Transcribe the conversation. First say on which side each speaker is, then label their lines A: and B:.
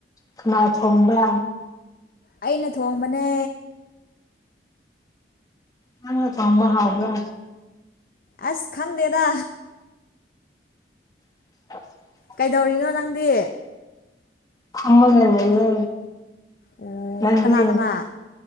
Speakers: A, on the left; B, on the left.
A: ꯀꯥꯅꯥ ꯊꯣꯡꯕ꯭ꯔ
B: ꯑꯩꯅ ꯊꯣꯡꯕꯅꯦ
A: ꯅꯪꯅ ꯊꯣꯡꯕ ꯍꯥꯎꯕ꯭ꯔꯥ
B: ꯑꯁ ꯈꯪꯗꯦꯗ
A: <inaudible>
B: ꯀꯩꯗꯧꯔꯤꯅꯣ ꯅꯪꯗꯤ
A: ꯐꯝꯃꯥꯒꯥ ꯂꯩꯌꯦ
B: ꯑꯣ
A: ꯅꯪꯗꯤ
B: ꯀꯅꯥ ꯀꯅꯥ